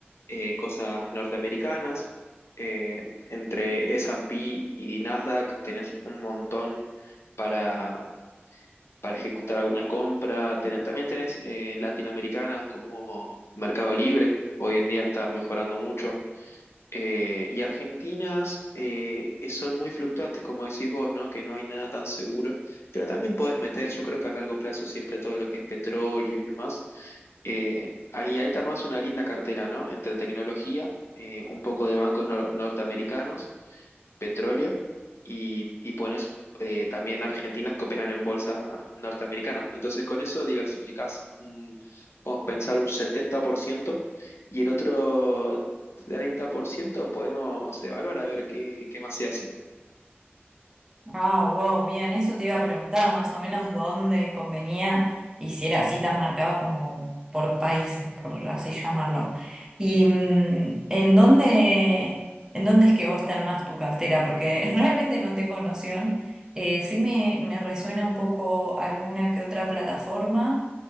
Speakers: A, on the left; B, on the right.
A: eh, cosas norteamericanas. Eh, entre S&P y Nasdaq tenés un montón para, para ejecutar alguna compra. Ten- también tenés eh, latinoamericanas como Mercado Libre. Hoy en día está mejorando mucho. Eh, y argentinas eh, son muy fluctuantes, como decís vos, ¿no? Que no hay nada tan seguro, pero también podés meter, yo creo que a largo plazo siempre todo lo que es petróleo y demás, eh, ahí, ahí te armás una linda cartera, ¿no? Entre tecnología, eh, un poco de bancos nor- norteamericanos petróleo y, y pones eh, también argentinas que operan en bolsa norteamericana. Entonces con eso diversificás, mm, podemos pensar un 70% y el otro 30% podemos evaluar a ver qué, qué más se hace.
B: Ah, wow, bien, eso te iba a preguntar más o menos dónde convenía y si era así tan marcado como por países, por así llamarlo. Y mm, en dónde, en dónde es que vos te armás tu cartera, porque <laughs> realmente no tengo noción. Eh, sí me, me resuena un poco alguna que otra plataforma